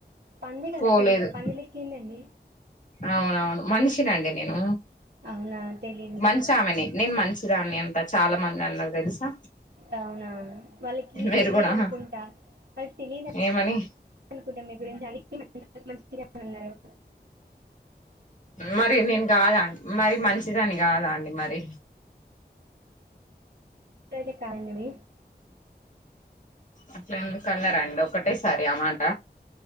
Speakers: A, on the right; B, on the left.
A: పందె కాదండి
B: పోలేదు
A: మీరు పంది లెక్కిందండి
B: అవునవును మనిషినండి నేను
A: అవునా తెలీదు నాకు
B: మంచి ఆమెని నేను మంచి దాని అంత అన్ని అన్నారు తెలుసా
A: అవునువును వాళ్ళకి
B: మీరు
A: తెలీదు
B: కూడా
A: అనుకుంటా వాళ్ళకి తెలీదు
B: ఏమని
A: అనుకుంటాం మీ గురించి మంచిగా ఉన్నారు
B: మరి నేను కాదా మరి మంచిదాన్ని కాదా అండి మరి
A: రెడీకయినవి
B: అట్లా ఎందుకన్నారండి ఒకటే సరి అ మాట